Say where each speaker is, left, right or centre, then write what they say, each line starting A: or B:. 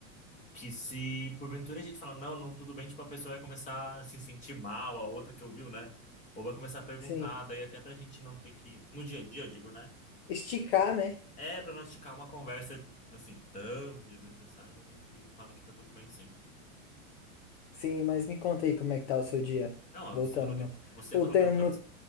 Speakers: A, on the left; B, on the left.
A: que se porventura a gente fala não, não, tudo bem, tipo, a pessoa vai começar a se sentir mal, a outra que ouviu, né? Ou vai começar a perguntar,
B: sim.
A: daí até pra gente não ter que, no dia a dia, eu digo, né?
B: Esticar, né?
A: É, é pra não esticar uma conversa, assim, tão desnecessária, a gente fala que tá tudo bem sempre.
B: Sim, mas me conta aí como é que tá o seu dia.
A: Não, ó,
B: Voltando
A: você falou que,
B: no,
A: você
B: voltando
A: falou que não tava...